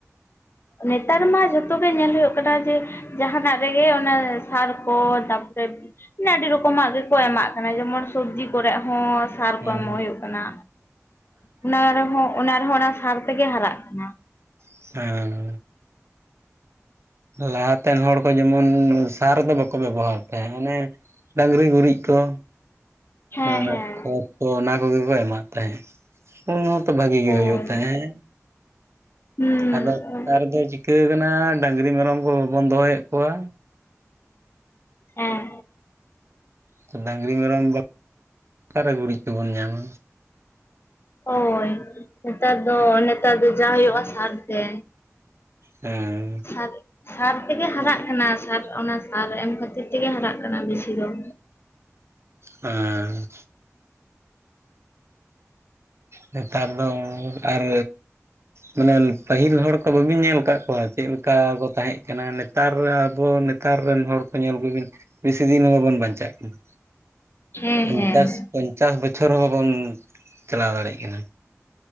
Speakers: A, on the left; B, on the right.
A: ᱱᱮᱛᱟᱨ ᱢᱟ ᱡᱷᱚ ᱛᱚ ᱜᱮ ᱧᱮᱞ ᱦᱩᱭᱩᱜ ᱠᱟᱱᱟ ᱡᱮ ᱡᱟᱦᱟᱱᱟᱜ ᱨᱮᱜᱮ ᱚᱱᱟ ᱥᱟᱨ ᱠᱚ ᱛᱟᱯᱚᱨᱮ ᱢᱟᱱᱮ ᱟᱹᱰᱤ ᱨᱚᱠᱚᱢᱟᱜ ᱜᱮᱠᱚ ᱮᱢᱟᱜ ᱠᱟᱱᱟ ᱡᱮᱢᱚᱱ ᱥᱚᱵᱡᱤ ᱠᱚᱨᱮ ᱦᱚᱸ ᱥᱟᱨ
B: ᱦᱮᱸ
A: ᱠᱚ ᱮᱢᱚᱜ ᱦᱩᱭᱩᱜ ᱠᱟᱱᱟ᱾ ᱚᱱᱟ ᱨᱮᱦᱚᱸ ᱚᱱᱟ ᱨᱮᱦᱚᱸ ᱚᱱᱟ ᱥᱟᱨ ᱛᱮᱜᱮ ᱦᱟᱨᱟᱜ ᱠᱟᱱᱟ᱾
B: ᱥᱮᱸ᱾ ᱞᱟᱦᱟᱛᱮᱱ ᱦᱚᱲ ᱠᱚ ᱡᱮᱢᱚᱱ ᱥᱟᱨ ᱫᱚ ᱵᱟᱠᱚ ᱵᱮᱵᱚᱦᱟᱨ ᱛᱟᱦᱮᱸᱫ ᱚᱱᱮ ᱰᱟᱝᱨᱤ ᱜᱩᱨᱤᱡ ᱠᱚ
A: ᱦᱮᱸ
B: ᱚᱱᱟ
A: ᱦᱮᱸ
B: ᱠᱷᱚᱛ ᱠᱚ ᱚᱱᱟ ᱠᱚᱜᱮ ᱠᱚ ᱮᱢᱟᱜᱫ ᱛᱟᱦᱮᱸᱫ᱾ ᱩᱱ ᱦᱚᱸᱛᱚ ᱵᱷᱟᱜᱮ ᱜᱮ
A: ᱦᱳᱭ
B: ᱦᱩᱭᱩᱜ ᱛᱟᱦᱮᱸᱫ᱾
A: ᱦᱩᱸ
B: ᱟᱫᱚ ᱱᱮᱛᱟᱨ ᱫᱚ ᱪᱤᱠᱟᱹ ᱠᱟᱱᱟ ᱰᱟᱹᱟᱝᱨᱤ ᱢᱮᱨᱚᱢ ᱠᱚ ᱵᱟᱵᱚᱱ ᱫᱚᱦᱚᱭᱮᱫ ᱠᱚᱣᱟ᱾
A: ᱦᱮᱸ᱾
B: ᱛᱚ ᱰᱟᱹᱟᱝᱨᱤ ᱢᱮᱨᱚᱢ ᱵᱟ, ᱚᱠᱟᱨᱮ ᱜᱩᱨᱤᱡ ᱠᱚᱵᱚᱱ ᱧᱟᱢᱟ?
A: ᱦᱳᱭ, ᱱᱮᱛᱟᱨ ᱫᱚ ᱱᱮᱛᱟᱨ ᱫᱚ ᱡᱟ ᱦᱩᱭᱩᱜᱼᱟ ᱥᱟᱨ ᱛᱮ᱾
B: ᱦᱮᱸ᱾
A: ᱥᱟᱨ, ᱥᱟᱨ ᱛᱮᱜᱮ ᱦᱟᱨᱟᱜ ᱠᱟᱱᱟ ᱥᱟᱨ ᱚᱱᱟ ᱥᱟᱨ ᱮᱢ ᱠᱷᱟᱹᱛᱤᱨ ᱛᱮᱜᱮ ᱦᱟᱨᱟᱜ ᱠᱟᱱᱟ ᱵᱤᱥᱤ ᱫᱚ᱾
B: ᱦᱮᱸ᱾ ᱱᱮᱛᱟᱨ ᱫᱚ ᱟᱨ ᱢᱟᱱᱮ ᱯᱟᱹᱦᱤᱞ ᱦᱚᱲ ᱠᱚ ᱵᱟᱹᱵᱤᱱ ᱧᱮᱞ ᱟᱠᱟᱫ ᱠᱚᱣᱟ ᱪᱮᱫ ᱞᱮᱠᱟ ᱠᱚ ᱛᱟᱦᱮᱸ ᱠᱟᱱᱟ ᱱᱮ ᱛᱟᱨ ᱟᱵᱚ ᱱᱮᱛᱟᱨ ᱨᱮᱱ ᱦᱚᱲ ᱠᱚ ᱧᱮᱞ ᱠᱚᱵᱤᱱ ᱵᱮᱥᱤ ᱫᱤᱱ ᱦᱚᱸ ᱵᱟᱵᱚᱱ ᱵᱟᱧᱪᱟᱜ ᱠᱟᱱᱟ᱾
A: ᱦᱮᱸ
B: ᱯᱚᱧᱪᱟᱥ
A: ᱦᱮᱸ
B: ᱯᱚᱧᱪᱟᱥ ᱵᱚᱪᱷᱚᱨ ᱦᱚᱸ ᱵᱟᱵᱚᱱ ᱪᱟᱞᱟᱣ ᱫᱟᱲᱮᱜ ᱠᱟᱱᱟ᱾